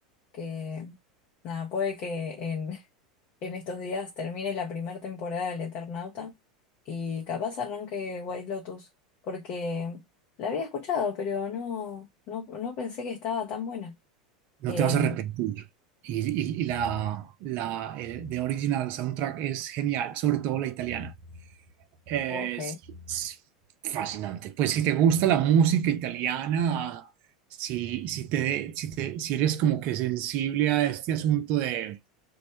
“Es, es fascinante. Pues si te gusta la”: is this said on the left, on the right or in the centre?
Right